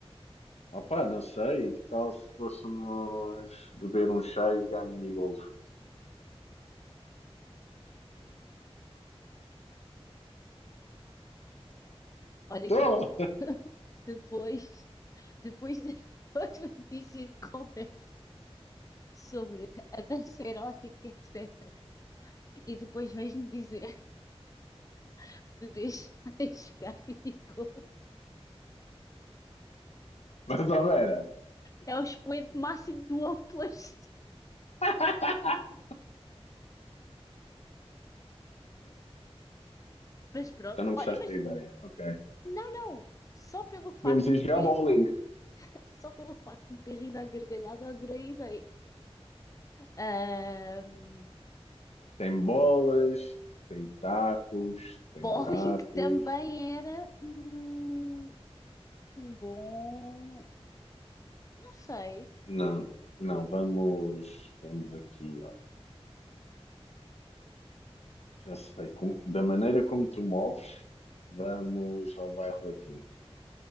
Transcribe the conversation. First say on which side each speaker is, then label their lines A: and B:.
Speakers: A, on the left; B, on the left.
A: Opa, não sei, que tal se fôssemos beber um chá e jogar mini-golf?
B: Olha
A: Estou!
B: que de- depois, depois de <laughs> outro início de conversa sobre a dança erótica, etc. E depois vais-me dizer <laughs> de deixar de jogar <laughs> videogame.
A: <laughs> Mais ou menos.
B: É o expoente máximo do oposto.
A: <laughs>
B: Mas pronto,
A: Então não gostaste
B: olha, mas
A: da ideia, ok.
B: não, não. Só pelo facto
A: Podemos ir
B: de
A: jogar
B: ter,
A: bowling.
B: <laughs> só pelo facto de ter rido à gargalhada, adorei a ideia. Ahm,
A: Tem bolas, tem tacos, tem
B: bowling
A: buracos.
B: também era um, um bom. Não sei.
A: Não, não, vamos, vamos aqui, olha. Já sei, com- da maneira como tu moves, vamos ao bairro latino.